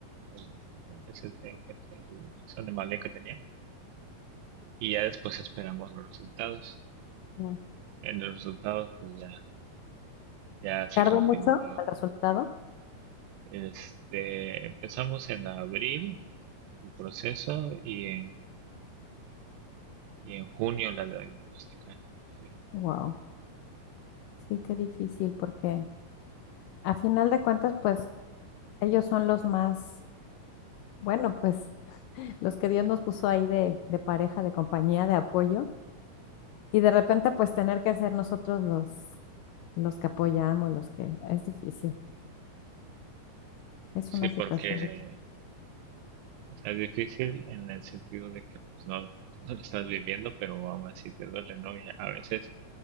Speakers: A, on the right; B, on the left.
A: el, el- ese, el ojue- el- esa anomalía que tenía. Y ya después esperamos los resultados.
B: mm, no"?
A: En los resultados, pues ya, ya se
B: ¿Tardó
A: confirmó.
B: mucho el resultado?
A: Este, empezamos en abril el proceso y en, y en junio la diagnosticaron. Sí,
B: Wow, sí, qué difícil, porque A final de cuentas, pues ellos son los más, bueno, pues los que Dios nos puso ahí de, de pareja, de compañía, de apoyo, y de repente pues tener que ser nosotros los, los que apoyamos, los que es difícil, es
A: sí,
B: una
A: porque
B: situación difícil.
A: o sea, es difícil en el sentido de que pues, no, no lo estás viviendo, pero aún así te duele, ¿no? Y a veces